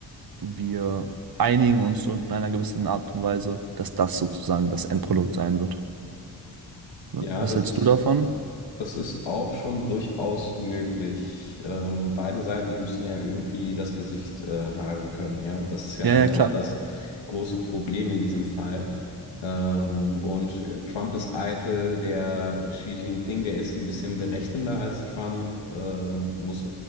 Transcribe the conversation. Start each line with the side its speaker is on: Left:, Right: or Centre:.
Right: wir einigen uns so in einer gewissen Art und Weise, dass das sozusagen das Endprodukt sein wird. Wa-
Left: Ja,
Right: Was
Left: das
Right: hältst
Left: ist
Right: du davon?
Left: Das ist auch schon durchaus möglich. Ähm, beide Seiten müssen ja irgendwie das Gesicht äh, wahren können, ja. Das ist ja
Right: Ja,
Left: halt
Right: ja, klar.
Left: auch das große Problem in diesem Fall. Ähm, und äh, Trump ist eitel, der Xi Jinping, der ist ein bisschen berechnender als Trump, ähm, muss,